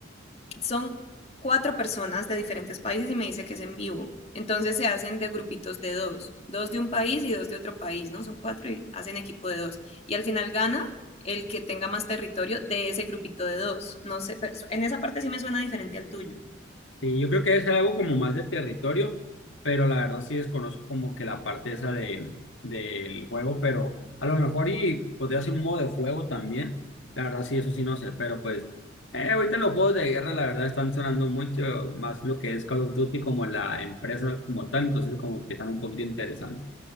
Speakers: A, on the left (about 30°); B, on the left (about 65°).
A: son cuatro personas de diferentes países y me dice que es en vivo. Entonces se hacen de grupitos de dos, dos de un país y dos de otro país, ¿no? Son cuatro y hacen equipo de dos. Y al final gana el que tenga más territorio de ese grupito de dos. No sé, pero en esa parte sí me suena diferente al tuyo.
B: Sí, yo creo que debe ser algo como más de territorio, pero la verdad sí desconozco como que la parte esa de, del juego, pero a lo mejor y podría ser un modo de juego también. La verdad sí, eso sí no sé, pero pues eh, ahorita los juegos de guerra la verdad están sonando mucho más lo que es Call of Duty como la empresa como tal, entonces como que están un poquito interesantes.